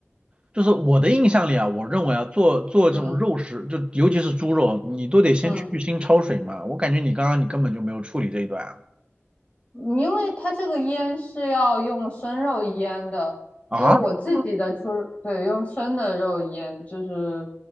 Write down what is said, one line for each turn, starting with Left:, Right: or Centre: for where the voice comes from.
Right: 就是我的印象里啊，我认为啊，做做这种肉食，
Left: 嗯
Right: 就尤其是猪肉，你都得先去腥焯水嘛。
Left: 嗯。
Right: 我感觉你刚刚你根本就没有处理这一段啊。
Left: 因为它这个腌是要用生肉腌的，
Right: 啊，
Left: 所以我自己的出，
Right: 嗯
Left: 对，用生的肉腌，就是，